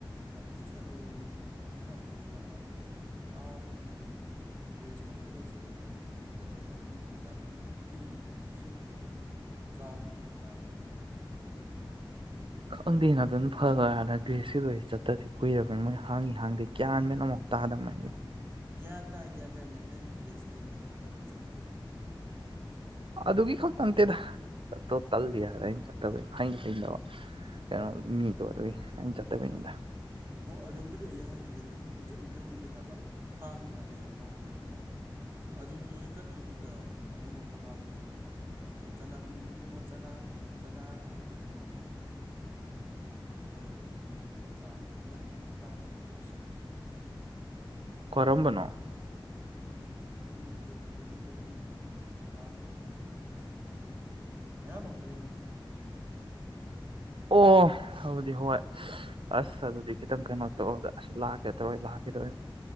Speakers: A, on the right; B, on the right.
A: ꯑꯗꯨ ꯁꯔꯨꯛ ꯀꯩꯅꯣ ꯇꯧꯔꯨꯕ ꯑꯃꯥ ꯑꯥ ꯀꯩꯅꯣꯒꯤ ꯒ꯭ꯔꯦꯁꯂꯣꯝꯒꯤꯗ ꯆꯠꯂꯒ ꯊꯛꯐꯝꯗꯨꯗ ꯊꯛꯎꯕ ꯃꯣꯏꯗꯨꯗꯤ ꯌꯥꯝ ꯃꯣꯏꯗꯨꯗꯤ ꯐꯤꯐꯇꯤ- ꯄꯤꯔꯁꯨ ꯆꯥꯎꯋꯤꯗꯨꯗꯤ ꯌꯥꯏꯗꯅ
B: ꯈꯪꯗꯦꯅ ꯑꯗꯨꯅ ꯐꯗꯣꯏꯔ ꯑꯗ ꯒ꯭ꯔꯦꯁꯀꯤꯗꯣ ꯑꯩꯗꯤ ꯆꯠꯇꯗꯤ ꯀꯨꯏꯔꯕꯅꯤ ꯃꯣꯏꯖꯦ ꯍꯥꯡꯉꯤ ꯍꯥꯡꯗꯦ ꯒ꯭ꯌꯥꯟ ꯃꯦꯟ ꯑꯃꯨꯛ ꯇꯥꯗꯕ ꯃꯣꯏꯗꯦ
A: ꯒ꯭ꯌꯥꯟ ꯇꯥꯏ ꯒ꯭ꯌꯥꯟ ꯇꯥꯏ ꯅꯪꯅ ꯒ꯭ꯔꯦꯁꯀꯤꯗꯨ ꯅꯣꯏ ꯈꯪꯅꯕꯩ ꯆꯠꯅꯤꯡꯗꯕꯩꯅꯤ
B: ꯑꯗꯨꯒꯤ ꯈꯛꯇ ꯅꯠꯇꯦꯗ ꯆꯠꯇꯣ ꯇꯜꯂꯤ ꯍꯥꯏꯗ ꯑꯩꯅ ꯆꯠꯇꯕꯩꯅꯤ ꯍꯩꯁꯨ ꯍꯩꯟꯗꯕ ꯀꯩꯅꯣ ꯃꯤꯗꯣ ꯑꯗꯨꯏ ꯑꯩꯅ ꯆꯠꯇꯕꯩꯅꯤꯗ
A: ꯍꯣ ꯑꯗꯨꯕꯨꯗꯤ ꯑꯩ ꯍꯥꯏꯖꯤꯅꯤ ꯅꯪꯅ ꯑꯗꯨꯒꯤ ꯆꯠꯅꯤꯡꯗꯕꯩꯅꯤ ꯍꯥꯏꯕ ꯍꯥꯡꯉꯤ ꯍꯥꯡꯗꯩꯒ ꯀꯣꯛ ꯍꯥꯏꯖꯤꯜꯂꯛꯀꯅꯣꯕ ꯑꯗꯨ ꯅꯣꯏ ꯀꯩꯅꯣꯒꯤꯗ ꯑꯅꯧꯕ ꯑꯃ ꯍꯥꯡꯕꯗꯣ ꯑꯗꯨ ꯆꯅꯥꯡ ꯅꯪꯅ ꯅꯣꯡꯃ ꯆꯅꯥ ꯆꯅꯥ ꯍꯥꯏꯕ꯭ꯔꯥ ꯀꯩꯅꯣꯃ ꯇꯧꯋꯦ ꯍꯥꯏꯕꯗꯣ ꯃꯣꯏꯗꯨꯗꯤ ꯇꯥꯡ- ꯑꯩ ꯌꯥꯔꯦ ꯑꯗꯨꯗꯤ ꯇꯥꯡꯕꯅꯤ ꯇꯣꯛꯑꯁꯤ
B: ꯀꯔꯝꯕꯅꯣ
A: ꯀꯩꯅꯣꯒꯤꯗꯨ ꯀꯔꯤ ꯄꯔꯦꯡꯅꯣ ꯑꯃ ꯍꯥꯏꯗꯥꯏꯅꯦ ꯔꯥꯖꯙꯥꯅꯤ ꯍꯥꯏꯕ꯭ꯔꯥ ꯄꯔꯦꯡ ꯍꯥꯏꯕ꯭ꯔꯥ ꯀꯩꯅꯣ ꯃꯌꯥꯝ ꯕꯝ ꯄꯔꯦꯡꯒꯤꯗꯨ
B: ꯑꯣ ꯑꯗꯨꯗꯤ ꯍꯣꯏ ꯁꯍꯍ ꯑꯁ ꯑꯗꯨꯗꯤ ꯈꯤꯇꯪ ꯀꯩꯅꯣ ꯇꯧꯗ ꯑꯁ ꯂꯥꯛꯀꯦ ꯇꯧꯔꯣꯏ ꯂꯥꯛꯀꯦ ꯇꯧꯔ